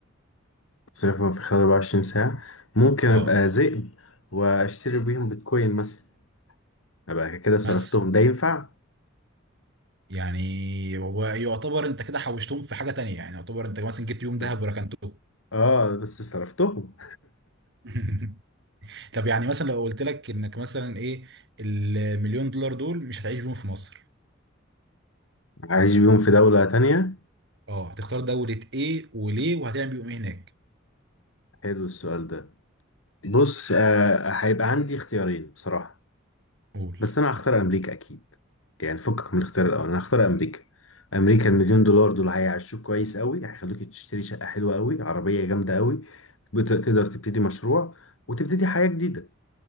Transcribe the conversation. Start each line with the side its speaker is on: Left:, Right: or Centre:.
Left: تصرفهم في خلال 24 ساعة ممكن ابقى
Right: اه
Left: ذئب واشتري بيهم بيتكوين مثلا ابقى كده صرفتهم
Right: مثلا
Left: ده ينفع
Right: يعني هو يعتبر انت كده حوشتهم في حاجه تانية يعني يعتبر انت مثلا جبت بيهم
Left: بس
Right: ذهب وركنتهم
Left: اه بس صرفتهم
Right: <laughs> طب يعني مثلا لو قلت لك انك مثلا ايه المليون دولار دول مش هتعيش بيهم في مصر
Left: <laughs> عايش بيهم في دولة تانية
Right: اه هتختار دوله ايه وليه وهتعمل بيهم ايه هناك
Left: حلو السؤال ده بص آه هيبقى عندي اختيارين بصراحة
Right: قول
Left: بس انا هختار امريكا اكيد يعني فكك من الاختيار الاول انا هختار امريكا امريكا المليون دولار دول هيعيشوك كويس قوي هيخلوك تشتري شقه حلوه قوي عربيه جامده قوي بت- تقدر تبتدي مشروع وتبتدي حياه جديده